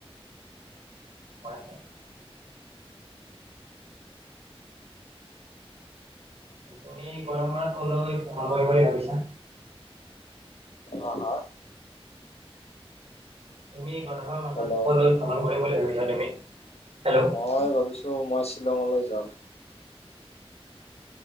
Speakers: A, on the right; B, on the left.
A: হয় হয় । তুমি পৰম্পৰাত ক পোমা কৰিব বুলি ভাবিছা
B: অ হা ।
A: তুমি মনান
B: হেল্ল'
A: বুলি । তা তুমি হেল্ল' হয়
B: মই ভাবিছো মই শ্বিলঙলৈ যাম